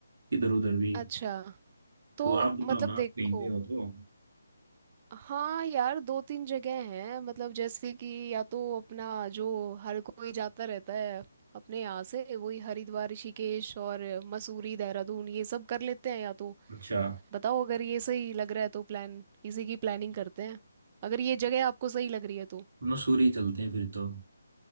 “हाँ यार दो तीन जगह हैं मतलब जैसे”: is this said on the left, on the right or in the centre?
Right